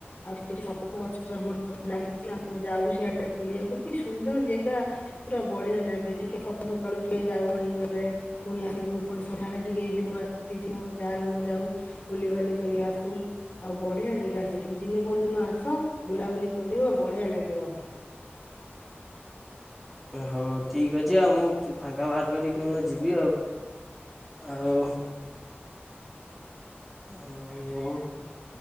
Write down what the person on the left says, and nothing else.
ଆଉ ସେଠି ସବୁ ଗଛ ଆମର ସୁ ଲାଗ ଆମେ ଯାଉ ସେଆଡେ ବୁଲିବାକୁ କି ସୁନ୍ଦର ଜାଗା ପୁରା ବଢିଆ ଲାଗେ। ଟିକେ ସକାଳୁ ସକାଳୁ ଟିକେ ଯାଉ ମଣିଙ୍ଗରେ ୱାକରେ ପୁଣି ଆସିବୁ ସଧ୍ୟାଳେ ଟିକେ ଇବେନିଙ୍ଗ ୱାକ ଦିଦି ମୋ ଯା ର ମୋର ଯାଉ ବୁଲିିବାଲି କରିକି ଆସୁ। ଆଉ ବଢିଆ ଜାଗା ସେଠିକି ଦିନେ କୋଉ ଦିନ ଆସ ବୁଲାବୁଲି କରିବ ବଢିଆ ଲାଗିବ।